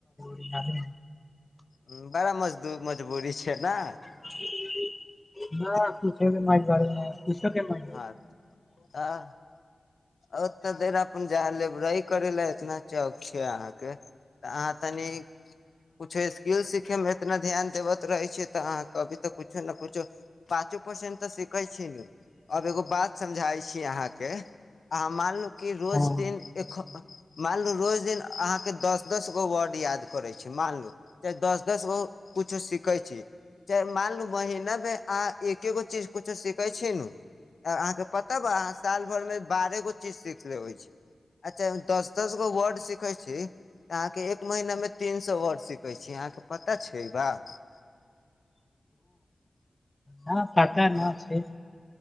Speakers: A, on the left (about 20°); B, on the left (about 70°).
A: <unintelligible>
B: ह बड़ा मजदू मजबूरी छै ने
A: <unintelligible>
B: हँ आ <unintelligible> ओ तऽ देर अपन जा ले रहि करै ल हेतना चौक अहाँके तऽ अहाँ तनी कुछ स्किल सिखे मे एतना ध्यान देवत रहे छी ते अहाँ के अभी ते कुछो ने कुछ पाँचो परसेंट तऽ सीखे छी यो आब एगो बात समझाय छी अहाँ केँ अहाँ मानू कि रोज
A: हँ
B: दिन मानलु रोज दिन अहाँ के दस दस गो वर्ड याद करै छी मानलू चाहे दस दस गो कुछो सीखै छी चाहे मानलू महिना मे अहाँ एकेगो चीज कुछो सीखे छी नू अहाँकेँ पता बा अहाँ साल भर मे बारह गो चीज सीख लेबे छी अच्छा दस दस गो वर्ड सीखे छी तऽ अहाँके एक महीना मे तीन सए वर्ड सीखै छी अहाँके पता छै ई बात
A: हँ पता
B: हँ
A: न छै